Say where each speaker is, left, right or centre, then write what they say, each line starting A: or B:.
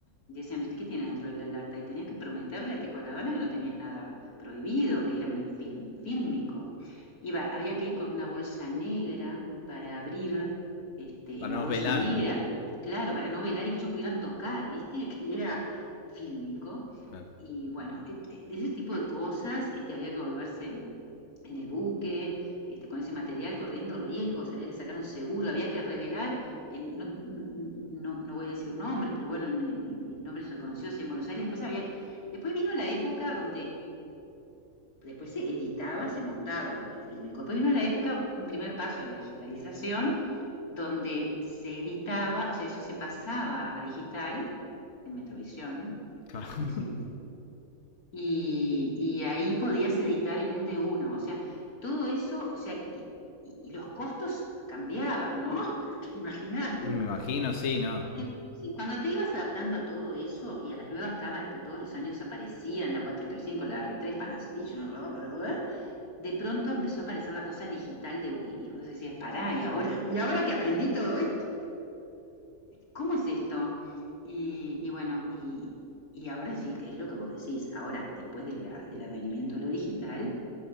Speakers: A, on the left (about 75°); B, on the left (about 50°).
A: y decían, qué tiene dentro de la lata? Y tenías que prometerle al tipo de la gana que no tenías nada prohibido, que era un film, fílmico. Iba, había que ir con una bolsa negra para abrir, este,
B: Para
A: en la
B: no
A: bolsa
B: velar.
A: negra, claro, para no velar y que ellos pudieran tocar, ¿viste? <laughs> Que era fílmico.
B: claro
A: Y bueno, et- de ese tipo de cosas, este, había que volverse en el buque, este, con ese material, corriendo riesgos, había que sacar un seguro, había que revelar, en- no, no, no voy a decir nombres, pero bueno, en, en- nombres reconocidos en Buenos Aires, después había, después vino la época donde, después se editaba, se montaba el, el filme, después vino la época, un primer paso de la digitalización, donde se editaba, o sea, eso se pasaba a digital, en Metrovisión,
B: Claro.
A: que ya no existe,
B: <laughs>
A: y, y ahí podías editar en un de uno. O sea, todo eso, o sea, y, y- y los costos cambiaban, ¿no? <laughs> Porque imagínate.
B: Me imagino, sí, no.
A: Y de- sí, Cuando te ibas adaptando a todo eso y a las nuevas cámaras que todos los años aparecían, la cuatro tres cinco la r tres Panasonic, bla, bla, bla, de pronto empezó a aparecer la cosa digital de, y, y vos decías, pará, ¿y ahora? <laughs> ¿Y ahora que aprendí todo esto? ¿cómo es esto? Y, y bueno, y, y ahora sí que es lo que vos decís, ahora, después de la- del advenimiento de lo digital,